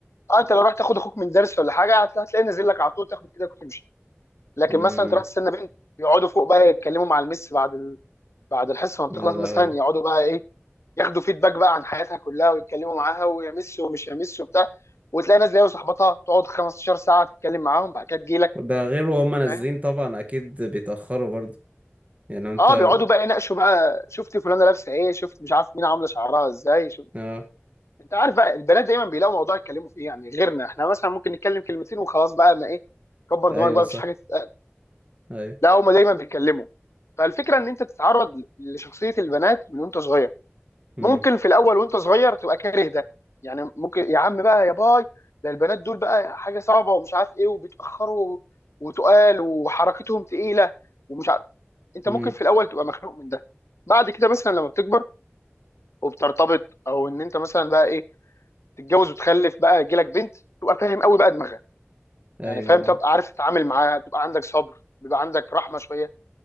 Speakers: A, on the left; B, on the right.
A: اه انت لو رحت تاخد اخوك من درس ولا حاجه هت- هتلاقيه نازل لك على طول تاخد ايدك وتمشي لكن
B: امم
A: مثلا انت رحت تستنى بنت يقعدوا فوق بقى يتكلموا مع المس بعد ال... بعد الحصه ما بتخلص
B: يا لهوي
A: مثلا يقعدوا بقى ايه ياخدوا فيدباك بقى عن حياتها كلها ويتكلموا معاها ويمس ومش يمس وبتاع وتلاقي ناس زي صاحبتها تقعد 15 ساعه تتكلم معاهم بعد كده تجيلك
B: وده غير وهم نازلين
A: فاهم
B: طبعا اكيد بيتأخروا برضه يعني انت
A: اه بيقعدوا بقى يناقشوا بقى شفت فلانه لابسه ايه شفت مش عارف مين عامله شعرها ازاي شفت
B: اه
A: انت عارف بقى البنات دايما بيلاقوا موضوع يتكلموا فيه يعني غيرنا احنا مثلا ممكن نتكلم كلمتين وخلاص بقى ما ايه كبر
B: ايوه
A: دماغك بقى
B: صح
A: مفيش حاجه تتقال.
B: ايوه
A: لا هما دايما بيتكلموا فالفكره ان انت تتعرض لشخصيه البنات من وانت صغير
B: امم
A: ممكن في الاول وانت صغير تبقى كاره ده يعني ممكن يا عم بقى يا باي ده البنات دول بقى حاجه صعبه ومش عارف ايه وبيتاخروا وتقال وحركتهم تقيله ومش عارف انت
B: امم
A: ممكن في الاول تبقى مخنوق من ده بعد كده مثلا لما بتكبر وبترتبط او ان انت مثلا بقى ايه تتجوز وتخلف بقى يجيلك بنت تبقى فاهم قوي بقى دماغها
B: ايوه
A: يعني فاهم تبقى عارف تتعامل معاها تبقى عندك صبر بيبقى عندك رحمه شويه